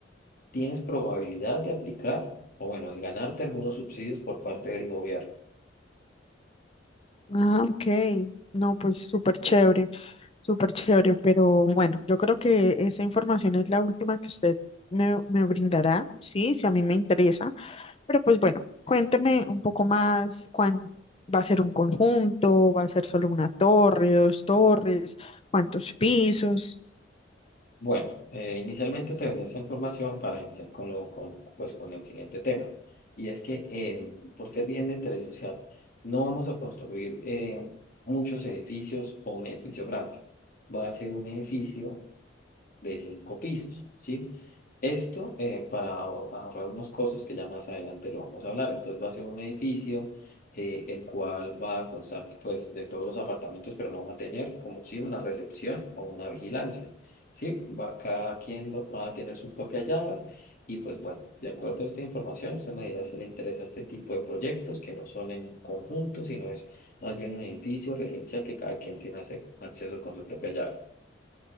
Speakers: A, on the left; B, on the left.
A: tienes probabilidad de aplicar o bueno, de ganarte algunos subsidios por parte del gobierno.
B: Ah, ok. No, pues súper chévere, súper chévere, pero bueno, yo creo que esa información es la última que usted me, me brindará, sí, si a mí me interesa. Pero pues bueno, cuénteme un poco más, cuán, ¿va a ser un conjunto? ¿Va a ser solo una torre, dos torres? ¿Cuántos pisos?
A: Bueno, eh, inicialmente te venden esta información para iniciar con, lo, con, pues, con el siguiente tema. Y es que eh, por ser bien de interés social, no vamos a construir eh, muchos edificios o un edificio grande. Va a ser un edificio de cinco pisos, ¿sí? Esto eh, para ahor- ahorrar unos costos que ya más adelante lo vamos a hablar. Entonces va a ser un edificio eh, el cual va a constar pues de todos los apartamentos, pero no va a tener como si una recepción o una vigilancia, ¿sí? Va, cada quien va va a tener su propia llave y pues bueno, de acuerdo a esta información, usted me dirá si le interesa este tipo de proyectos que no son en conjunto, sino es más bien un edificio residencial que cada quien tiene ace- acceso con su propia llave.